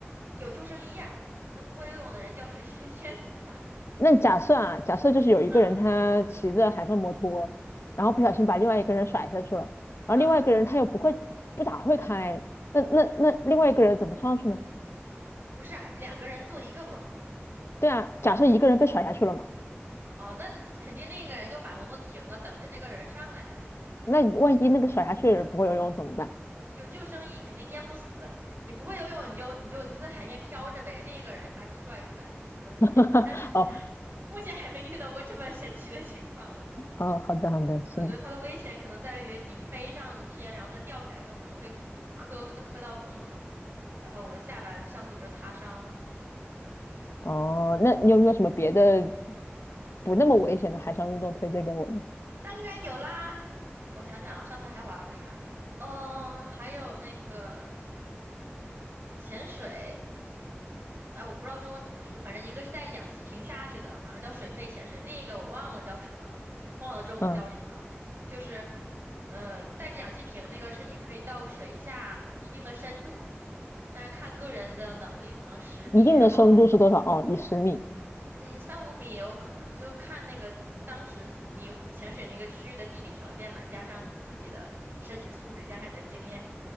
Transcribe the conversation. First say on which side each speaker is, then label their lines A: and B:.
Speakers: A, on the right (about 60°); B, on the left (about 70°).
A: 有救生衣呀、那不会游泳的人掉水直接淹死嘛。
B: 那假设啊，假设就是有一个人他骑着海上摩托，
A: <laughs> 嗯
B: 然后不小心把另外一个人甩下去了，然后另外一个人他又不会不咋会开，
A: 嗯，
B: 那那那另外一个人怎么上去呢？
A: 不是啊，两个人坐一个摩托。
B: 对啊，假设一个人被甩下去了嘛，
A: 哦，那肯定另一个人就把摩托停了，等着这个人上来呀。
B: 那万一那个甩下去的人不会游泳怎么办？
A: 有救生衣肯定淹不死，你不会游泳你就你就你就在海面漂着呗，另一个人把你拽上来或者怎么样。
B: <laughs>
A: 但是 <laughs>
B: 哦
A: 目前还没遇到过这么神奇的情况了。
B: 哦，好的好的，行
A: 我觉得它的危险可能在于你飞上天，然后再掉下来的时候可能会磕磕到碰头。然后我的下巴上次不是擦伤了吗？
B: 哦，那你有没有什么别的不那么危险的海上运动推荐给我呢？
A: 当然有啦，我想想啊，我上次还玩了啥？嗯，还有那个潜水。哎，我不知道中文怎么说，反正一个是带着氧气瓶下去的，好像叫水肺潜水，另一个我忘了叫什么了，忘了中文叫什么了。
B: 嗯，
A: 就是，呃，带着氧气瓶那个是你可以到水下一定的深度，但是看个人的能力，可能十米，
B: 一定的深度是多少？
A: 然后
B: 哦，以十米。
A: 嗯三五米也有可能，就看那个当时你潜水那个区域的地理条件嘛，加上你自己的身体素质，加上你的经验。